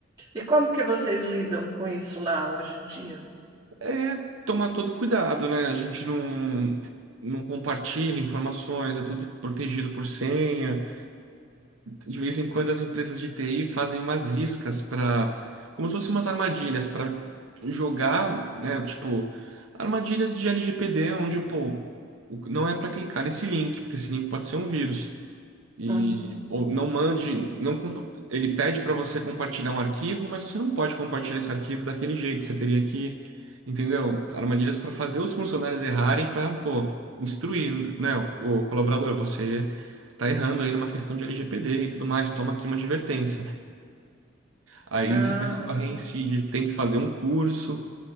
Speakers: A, on the right; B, on the right.
A: E como que vocês lidam com isso lá hoje em dia?
B: É tomar todo cuidado, né? A gente não, não compartilha informações, é tudo protegido por senha. de vez em quando as empresas de TI fazem umas iscas para, como se fossem umas armadilhas para jogar, né, tipo, armadilhas de LGPD, onde, pô, o- não é para clicar nesse link, porque esse link pode ser um vírus. E
A: Uhum.
B: ou não mande, não comp- ele pede para você compartilhar um arquivo, mas você não pode compartilhar esse arquivo daquele jeito. Você teria que, entendeu? Armadilhas para fazer os funcionários errarem para, pô, instruir, né, o colaborador, você tá errando aí numa questão de LGPD e tudo mais, toma aqui uma advertência. Aí
A: Ah,
B: se a pessoa reincide, tem que fazer um curso.